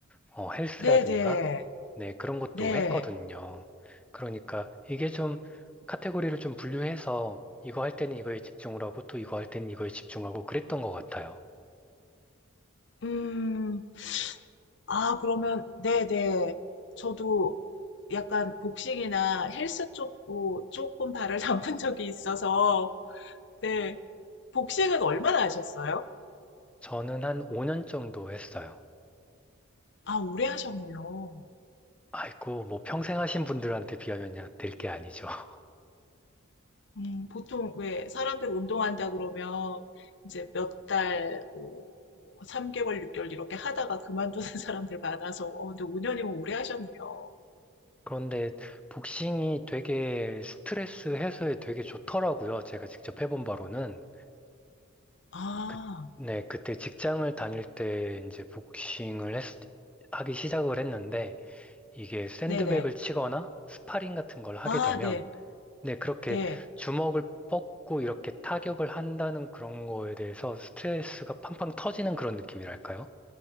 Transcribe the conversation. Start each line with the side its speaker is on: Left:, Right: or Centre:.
Centre: 어, 헬스라든가
Left: 네네,
Centre: 네, 그런 것도
Left: 네.
Centre: 했거든요. 그러니까 이게 좀 카테고리를 좀 분류해서 이거 할 때는 이거에 집중을 하고 또 이거 할 때는 이거에 집중하고 그랬던 것 같아요.
Left: 음, 아, 그러면, 네네. 저도 약간 복식이나 헬스 쪽도 조금 발을 <laughs> 담근 적이 있어서, 네. 복식은 얼마나 하셨어요?
Centre: 저는 한 5년 정도 했어요.
Left: 아, 오래 하셨네요.
Centre: 아이고, 뭐 평생 하신 분들한테 비하면야 될 게 아니죠. <laughs>
Left: 음, 보통 왜 사람들 운동한다 그러면 이제 몇 달, 뭐, 뭐 3개월, 6개월 이렇게 하다가 그만두는 <laughs> 사람들 많아서, 어, 근데 5년이면 오래 하셨네요.
Centre: 그런데 복싱이 되게 스트레스 해소에 되게 좋더라고요. 제가 직접 해본 바로는.
Left: 아,
Centre: 그, 네, 그때 직장을 다닐 때 이제 복싱을 했, 하기 시작을 했는데 이게 샌드백을
Left: 네네.
Centre: 치거나 스파링 같은 걸 하게
Left: 아,
Centre: 되면
Left: 네,
Centre: 네, 그렇게
Left: 네.
Centre: 주먹을 뻗고 이렇게 타격을 한다는 그런 거에 대해서 스트레스가 팡팡 터지는 그런 느낌이랄까요?